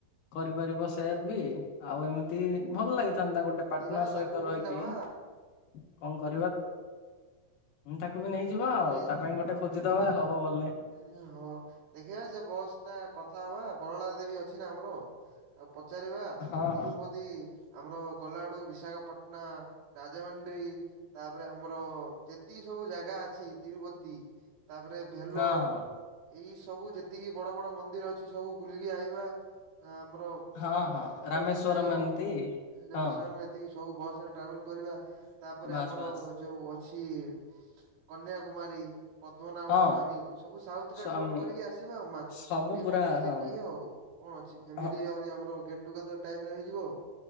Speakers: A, on the left; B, on the right.
A: କରିପାରିବ ସେୟାର ବି। ଆଉ ଏମିତି ଭଲ ଲାଗିଥାନ୍ତା ଗୋଟେ ପାଟ୍ନର
B: ଯିବା ତାକୁ ବି
A: ରହିକି
B: ନେବା
A: କଣ କରିବା? ମୁଁ ତାକୁ ବି ନେଇଯିବା
B: ତାକୁ
A: ଆଉ ତା ପାଇଁ ଗୋଟେ ଖୋଜିଦବା ହବ ବଲେ।
B: ଉୁଁ ହଁ ଦେଖିବା ସେ ବସ୍ ଟା କଥା ହବା ବରଳା ଦେବୀ ଅଛି ନା ଆମର। ତାକୁ ପଚାରିବା
A: ହଁ
B: ତିରୁପତି
A: ହଁ
B: ଆମର ଗଲାଆଡ଼ୁ ବିଶାଖାପଟ୍ନା ରାଜମଣ୍ଡି ତା ପରେ ଆମର ଯେତିକି ସବୁ ଜାଗା ଅଛି ତିରୁପତି ତା ପରେ ଭେଲୋର୍।
A: ହଁ ହଁ
B: ଏଇ ସବୁ ଯେତିକି ବଡ଼ ବଡ଼ ମନ୍ଦିର ଅଛି ସବୁ ବୁଲିକି ଆଇବା। ଆଁ ଆମର
A: ହଁ ହଁ
B: ତ ପନ୍ଦର
A: ରାମେଶ୍ଵରମ
B: ଦିନ୍ ଲାଗିବ
A: ଏମିତି
B: ରେ
A: ହଁ
B: ମିଶଣ ଏତିକି ସବୁ ବସ ରେ ଟ୍ରାଭେଲ୍ କରିବା ତା ପରେ
A: ବାସ୍
B: ଆମର
A: ବାସ୍
B: ଯୋଉ ଅଛି କନ୍ୟାକୁମାରୀ ପଦ୍ମନାଭ
A: ହଁ।
B: ସ୍ଵାମୀ ସବୁ ସାଉଥ୍
A: ସ୍ଵାମୀ
B: ରା ଟୁର କରିକି ଆସିବା ଅମ୍ ମା
A: ସବୁ
B: କୋଡ଼ିଏ
A: ପୁରା
B: ପଚିଶ
A: ହଁ
B: ଦିନ ଲାଗେ ଆଉ କଣ ଅଛି? ଫାମିଲି
A: ହଁ
B: ଆଉରି ଆମର ଗେଟ୍ ଟୁଗେଦର ଟାଇପ୍ର ହେଇଯିବ